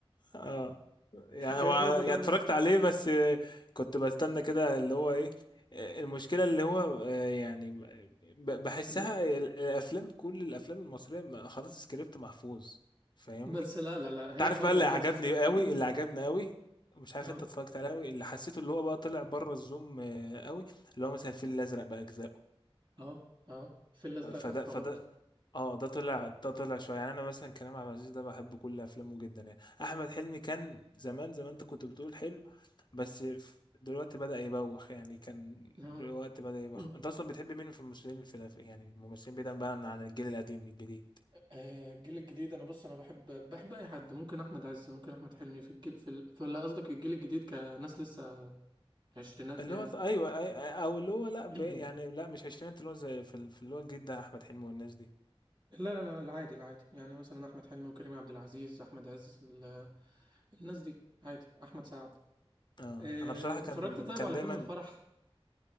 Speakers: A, on the left; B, on the right.
A: اه يعني
B: هي
A: هو
B: فوضى
A: يعني
B: ده
A: اتفرجت عليه بس كنت بستنى كده اللي هو ايه المشكلة اللي هو آه، يعني ب- بحسها
B: ال-
A: الافلام كل الافلام المصرية ما- خلاص سكريبت محفوظ فاهمني
B: بس لا لا لا
A: انت
B: هي
A: عارف
B: فوضى
A: بقى اللي
B: ما
A: عجبني
B: كانش في سك-
A: قوي
B: <clears throat>
A: اللي عجبني قوي مش عارف
B: اه
A: انت اتفرجت عليه قوي اللي حسيته اللي هو بقى طلع بره الزوم آه، قوي اللي هو مثلا الفيل الازرق بقى اجزائه
B: اه اه الفيل الازرق
A: فده
B: تحفة
A: فده
B: برضو
A: اه ده طلع ده طلع شويه يعني انا مثلا كريم عبد العزيز ده بحب كل افلامه جدا يعني احمد حلمي كان زمان زمان انت كنت بتقول حلو بس ف- دلوقتي بدأ يبوخ يعني كان
B: اه
A: دلوقتي بدأ يبوخ
B: <clears throat>
A: انت اصلا بتحب مين في الممثلين في الأف- يعني الممثلين بعيدا بقى عن الجيل القديم الجديد
B: آه، الجيل الجديد انا بص انا بحب بحب اي حد ممكن احمد عز ممكن احمد حلمي في الجيل في ال... في ولا قصدك الجيل الجديد كناس لسه عشرينات
A: اللي
B: يعني
A: هو ايوه أي- أي- او اللي هو لا ب...
B: <clears throat>
A: يعني لا مش عشرينات اللي هو زي في ال- في اللي هو الجديد ده احمد حلمي والناس دي
B: لا لا لا العادي العادي يعني مثلا احمد حلمي وكريم عبد العزيز احمد عز ال- الناس دي عادي احمد سعد
A: اه
B: آه،
A: انا بصراحه كان
B: اتفرجت طيب
A: كان
B: على
A: دايما
B: فيلم الفرح